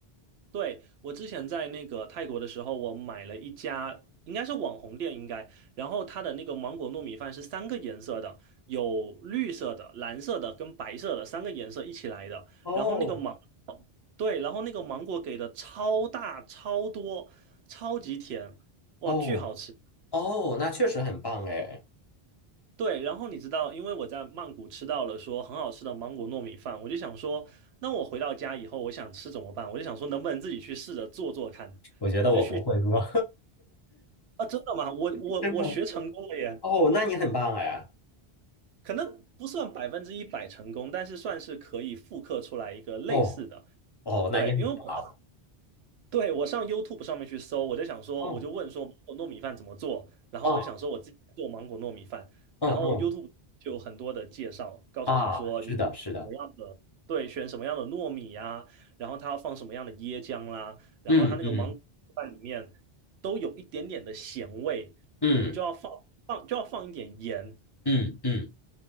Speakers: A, on the right; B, on the left.
A: 对，我之前在那个泰国的时候，我买了一家应该是网红店，应该，然后它的那个芒果糯米饭是三个颜色的，有绿色的、蓝色的跟白色的三个颜色一起来的，
B: 哦
A: 然后那个芒，对，然后那个芒果给的超大、超多、超级甜，哇，
B: 哦
A: 巨好吃。
B: 哦，那确实很棒哎！
A: 对，然后你知道，因为我在曼谷吃到了说很好吃的芒果糯米饭，我就想说，那我回到家以后，我想吃怎么办？我就想说，能不能自己去试着做做看。
B: 我觉得我不会说，
A: 我就。啊，真的吗？我我我学成功了耶，
B: <laughs> 真的。哦，那你很棒哎！
A: 可能不算百分之一百成功，但是算是可以复刻出来一个类似的。
B: 哦哦，那你很棒。
A: 对，因为我对，我上 YouTube 上面去搜，我就想说，
B: 哦
A: 我就问说芒果糯米饭怎么做，然后我就想说我自己做芒果糯米饭，
B: 哦，嗯嗯
A: 然后 YouTube 就有很多的介绍，告诉你说你什么样的，
B: 啊，是的，是的，
A: 对，选什么样的糯米呀、然后它要放什么样的椰浆啦，然后它那个芒果饭里面都有一点点的咸味，
B: 嗯嗯嗯
A: 就要放放就要放一点盐，
B: 嗯嗯。